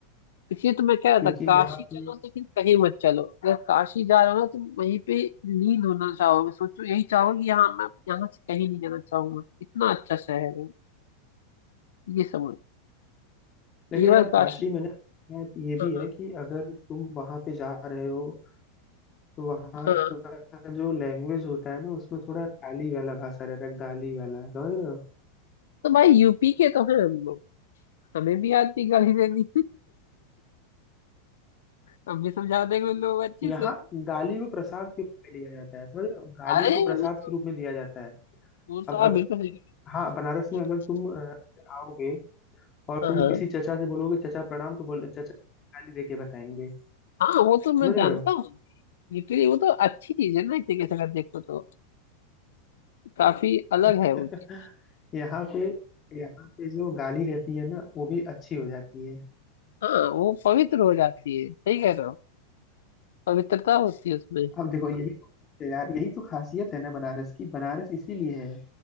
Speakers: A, on the left (about 80°); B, on the left (about 30°).
A: इसलिए तो मैं कह रहा
B: क्योंकि
A: था काशी
B: यहाँ
A: चलो
B: पे
A: लेकिन कहीं मत चलो अगर काशी जा रहे हो ना तो वहीं पे लीन होना चाहोगे सोचो यही चाहोगे कि यहाँ मैं यहाँ से कहीं नहीं जाना चाहूंगा इतना अच्छा शहर है ये समझ
B: लेकिन
A: ये बार
B: यार
A: काशी
B: काशी में ना एक बात ये भी
A: हाँ
B: है कि अगर तुम वहां पे जा रहे हो तो वहाँ
A: हाँ हाँ।
B: का जो लैंग्वेज होता है ना उसमें थोड़ा गाली वाला भाषा रहता है गाली वाला समझ रहे हो
A: तो भाई यूपी के तो हैं हम लोग हमें भी आती गाड़ी देनी हम भी समझा देंगे उन लोगों को अच्छे
B: यहाँ
A: से
B: गाली को प्रसाद के रूप में लिया जाता है समझ रहे हो गाली
A: अरे
B: को प्रसाद
A: वो तो
B: के रूप में लिया जाता है
A: वो
B: अब
A: तो आप
B: अगर
A: बिल्कुल सही कह
B: हाँ बनारस में
A: रहे
B: अगर
A: हो।
B: तुम अ, आओगे और
A: हाँ
B: तुम
A: हाँ
B: किसी चचा से बोलोगे चचा प्रणाम तो बोल चचा गाली देके बताएंगे
A: हाँ वो
B: समझ
A: तो मैं
B: रहे
A: जानता
B: हो
A: हूँ लिटरली वो तो अच्छी चीज है ना एक तरीके से अगर देखो तो काफी अलग
B: <laughs>
A: है वो चीज
B: यहाँ पे यहाँ पे जो गाली रहती है ना वो भी अच्छी हो जाती है
A: हाँ वो पवित्र हो जाती है सही कह रहे हो पवित्रता होती है उसमें
B: अब देखो यही तो यार यही तो खासियत है ना बनारस की बनारस इसीलिए है